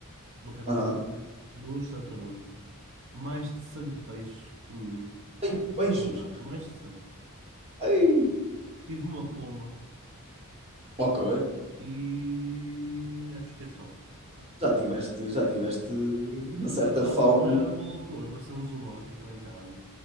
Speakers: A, on the right; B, on the right.
A: uma catuga,
B: aham.
A: duas tartarugas, mais de 100 peixes, no mínimo,
B: Tem peixes.
A: à vontade, mais de cem
B: Ai.
A: Tive uma pomba
B: Ok.
A: e acho que é só. Pronto.
B: Já tiveste, já tiveste uma certa
A: Nessa
B: fauna.
A: altura era uma loucura, parecia um zoológico lá em casa.